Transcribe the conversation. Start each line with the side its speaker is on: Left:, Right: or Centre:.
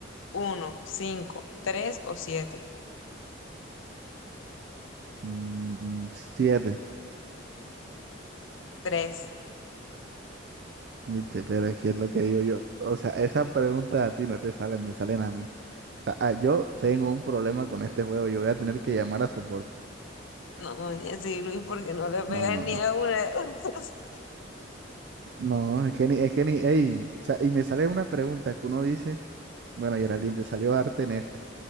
Left: ¿Uno, cinco, tres o siete?
Right: mm, siete.
Left: Tres.
Right: Viste, pero es que es lo que digo yo. O sea, esas preguntas a ti no te salen, me salen a mí. sea, ah, yo tengo un problema con este juego. Yo voy a tener que llamar a soporte.
Left: No, oye, sí, Luis, porque no le pegan
Right: No, no,
Left: ni
Right: no.
Left: a una <laughs> de esas.
Right: No, es que ni, es que ni, ey, o sea, y me sale una pregunta que uno dice, bueno, Geraldine, te salió arte en esta.